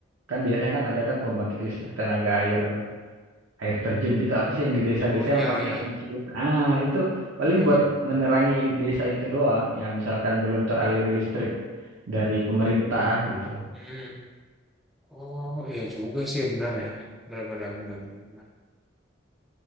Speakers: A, on the right; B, in the centre.
A: kan biasanya kan ada kan pembangkit listrik tenaga air air terjun gitu apa sih yang di desa-desa
B: oh iya,
A: yang pakai
B: iya.
A: kincir ah itu paling
B: Heeh.
A: buat menerangi desa itu doang yang misalkan belum teraliri listrik dari pemerintah gitu
B: Hmm. Oh, iya juga sih, benar ya. Benar, benar, benar, benar.